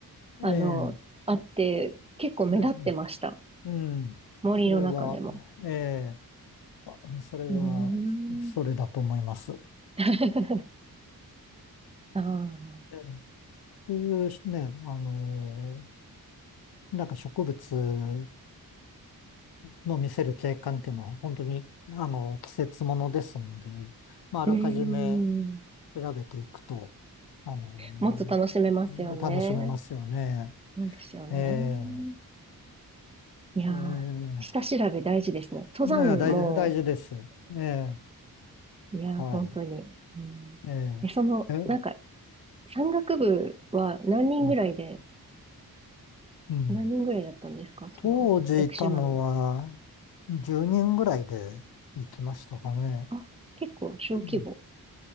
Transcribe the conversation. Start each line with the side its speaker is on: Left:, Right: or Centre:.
Right: あの、
Left: ええ、
Right: あって、結構目立ってました。
Left: それ、うん、
Right: 森の中でも。
Left: それは、ええあそれは、
Right: うーん。
Left: それだと思います。う
Right: <laughs> ああ。
Left: ん普通ね、あの、なんか植物の見せる景観っていうのは本当に、あの、季節ものですんで、まあ、あらかじめ
Right: うーん。
Left: 調べていくと、あの、
Right: もっと楽しめますよね。
Left: うん楽しめますよね。
Right: そうですよね。
Left: ええ
Right: いやー、
Left: ええ
Right: 下調べ大事ですね。登山も、
Left: だから大事、大事です。ええ
Right: いやー、
Left: はい。
Right: 本当に。うん。
Left: えええ、
Right: え、その、
Left: う
Right: なんか、山岳部は何人ぐらいで、
Left: ん。うん
Right: 何人ぐらいだったんですかその、
Left: 当時いたのは10人ぐらいで行きましたかね。
Right: 屋久島に。あ、結構小規模
Left: うん、